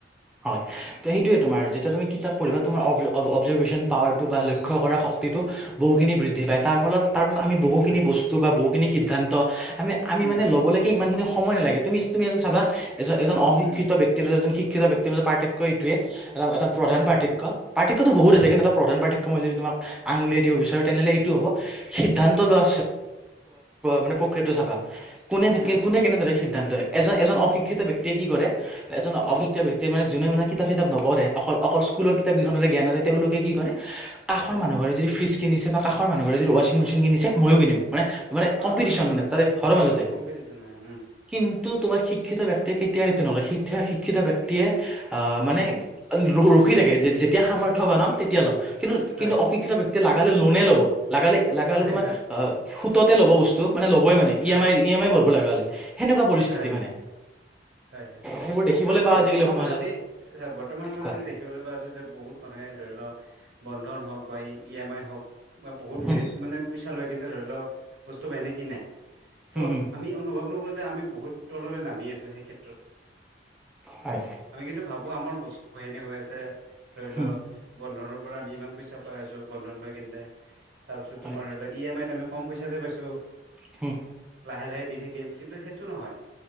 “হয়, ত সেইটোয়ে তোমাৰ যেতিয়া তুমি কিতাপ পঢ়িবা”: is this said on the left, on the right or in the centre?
Centre